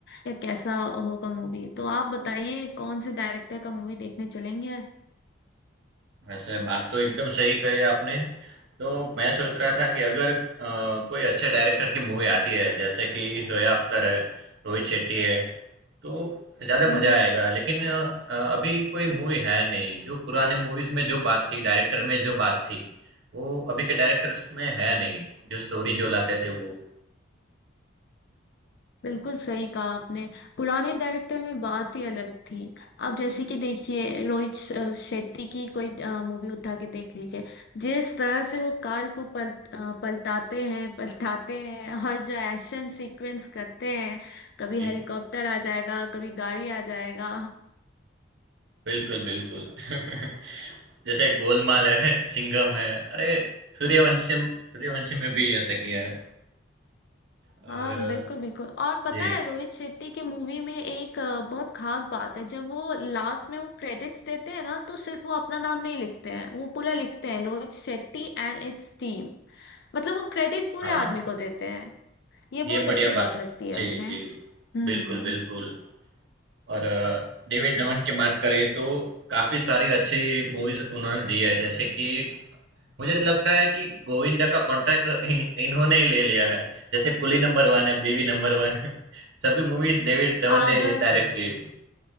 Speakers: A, on the left (about 55°); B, on the right (about 60°).
A: या कैसा होगा मूवी तो आप बताइए कौन से डायरेक्टर का मूवी देखने चलेंगे
B: वैसे बात तो एकदम सही कही आपने तो मैं सोच रहा था कि अगर अ, कोई अच्छे डायरेक्टर की मूवी आती है जैसे कि जोया अख्तर है रोहित शेट्टी है तो ज़्यादा
A: हम्म
B: मज़ा आएगा लेकिन अ, अ, अभी कोई मूवी है नहीं जो पुराने मूवीज़ में जो बात थी डायरेक्टर में जो बात थी वो अभी के डायरेक्टर्स में है नहीं जो स्टोरी जो लाते थे वो
A: बिल्कुल सही कहा आपने पुराने डायरेक्टर में बात ही अलग थी आप जैसे कि देखिए रोहित श- अ, शेट्टी की कोई मूवी उठा के देख लीजिए जिस तरह से वो काल को पल, अ, पलटाते हैं पलटाते हैं और जो एक्शन सीक्वेंस करते हैं कभी
B: जी,
A: हेलीकॉप्टर आ जाएगा कभी गाड़ी आ जाएगा
B: बिल्कुल, बिल्कुल। <laughs> जैसे गोलमाल है, सिंघम है, अरे सूर्यवंशम सूर्यवंशम में भी ऐसा किया है और
A: हाँ
B: अ,
A: बिल्कुल बिल्कुल और पता
B: जी,
A: है रोहित शेट्टी की मूवी में एक अ, बहुत खास बात है जब वो लास्ट में वो क्रेडिट्स देते हैं ना तो सिर्फ वो अपना नाम नहीं लिखते हैं वो पूरा लिखते हैं Rohit Shetty and its team मतलब वो क्रेडिट पूरे
B: हाँ,
A: आदमी को देते हैं ये बहुत
B: ये बढ़िया
A: अच्छी
B: बात
A: बात
B: है।
A: लगती है
B: जी,
A: मुझे
B: जी,
A: हम्म
B: बिल्कुल, बिल्कुल और अ, डेविड धवन की बात करें तो काफी सारी अच्छी मूवीज उन्होंने दी है जैसे कि मुझे तो लगता है कि गोविंदा का कॉन्ट्रैक्ट इन, इन्होंने ही ले लिया है जैसे कुली नंबर वन है बेबी नंबर वन <laughs> सभी मूवीज डेविड धवन
A: आधा
B: ने डायरेक्ट की